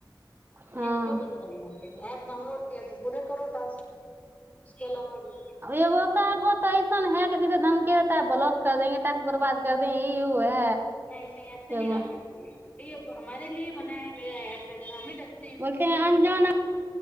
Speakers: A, on the left (about 20°); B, on the right (about 25°).
A: नेट
B: हाँ
A: क्यो बंन्द करना ऐप डाउनलोड किया तऽ पूरा करो टास्क उसके अलावा भी
B: एगो सन है कि सीधे धमकी रहता है बलॉक कर देंगे टास्क बर्बाद कर देंग ई य है
A: नहि नहि ऐसे न
B: एगो
A: करना चाहिए हमारे लिए बनाय गया एप एकदम नहि टेशंन
B: बोलते है अनजान